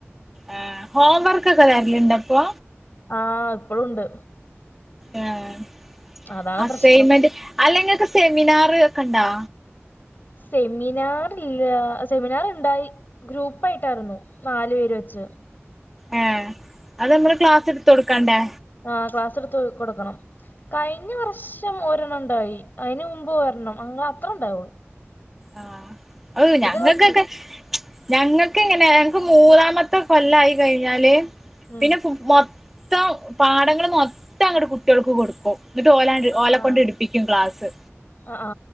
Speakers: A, in the centre; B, on the left (about 45°).
A: ആഹ് ഹോം വർക്ക് ഒക്കെ തിരലുണ്ടോ ഇപ്പൊ
B: ആഹ് ഇപ്പോഴുണ്ട്.
A: ആഹ്
B: അതാണ്
A: അസൈൻമെന്റ്
B: പ്രശ്നം
A: അല്ലെങ്കി നിങ്ങക്ക് സെമിനാർ ഒക്കെ ഉണ്ടാ?
B: സെമിനാറില്ല സെമിനാറുണ്ടായി. ഗ്രൂപ്പ് ആയിട്ടായിരുന്നു നാല് പേര് വെച്ച്
A: ആഹ് അത് നമ്മള് ക്ലാസ്സ് എടുത്തു കൊടുക്കണ്ടേ?
B: ആഹ് ക്ലാസ് എടുത്ത് കൊടുക്കണം കഴിഞ്ഞ വർഷം ഒരു ഒരെണ്ണം ഉണ്ടായി അതിന് മുമ്പ് ഒരണ്ണം അങ്ങനെ അത്രണ്ടാവൂ.
A: ആഹ് ഓ ഞങ്ങൾക്കൊക്കെ
B: കഴിഞ്ഞു
A: ഞങ്ങൾക്കിങ്ങെനെ ഞങ്ങൾക്ക് മൂന്നാമത്തെ കൊല്ലായി കഴിഞ്ഞാല്.
B: ഉം
A: പിന്നെ ഫു മൊത്തം പാടങ്ങള് മൊത്തം അങ്ങോട്ട് കുട്ട്യേൾക്ക് കൊടുക്കും. എന്നിട്ട് ഓല
B: ആഹ്
A: ഓല കൊണ്ട് എടുപ്പിക്കും ക്ലാസ്സ്
B: ആ ആ